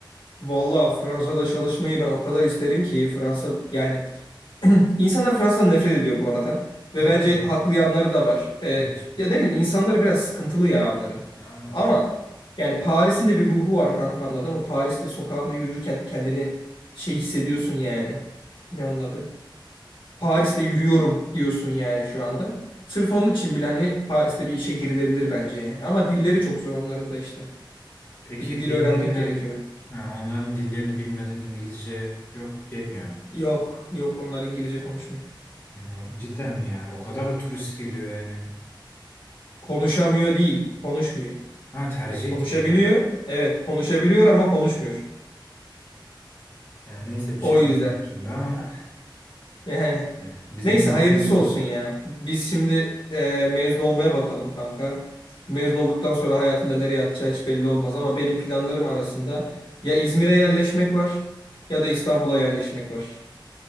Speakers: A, on the left; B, on the left.
A: Valla Fransa'da çalışmayı ben o kadar isterim ki Fransa yani <clears throat> insanlar Fransa'dan nefret ediyor bu arada. Ve
B: Neden
A: bence
B: o?
A: haklı yanları da var. Ee,
B: Hı,
A: ya ne bileyim insanları biraz sıkıntılı ya onların.
B: anladım.
A: Ama yani Paris'in de bir ruhu var kanka anladın mı? Paris'te sokağında yürürken kendini şey hissediyorsun yani. Ne onun adı? Paris'te yürüyorum diyorsun yani şu anda. Sırf onun için bile hani Paris'te bir işe girilebilir bence yani. Ama dilleri çok zor onların da işte.
B: Peki
A: Bir de dil
B: dillerinden,
A: öğrenmek gerekiyor.
B: ha, onların dillerini bilmeden İngilizce yok yetmiyor mu?
A: Yok, yok onlar İngilizce konuşmuyor.
B: Hı, cidden mi ya? O kadar da turist geliyor yani.
A: Konuşamıyor değil, konuşmuyor.
B: Ha tercih
A: Yani konuşabiliyor,
B: etmiyorlar.
A: evet konuşabiliyor ama konuşmuyor.
B: Yani neyse bir şey
A: O yüzden
B: demeyeyim şimdi ama
A: yani.
B: <laughs> bizim
A: Neyse
B: için
A: hayırlısı
B: kötü oldu.
A: olsun ya. Biz şimdi e, mezun olmaya bakalım kanka. Mezun olduktan sonra hayatında nereye atacağı hiç belli olmaz ama benim planlarım arasında ya İzmir'e yerleşmek var ya da İstanbul'a yerleşmek var.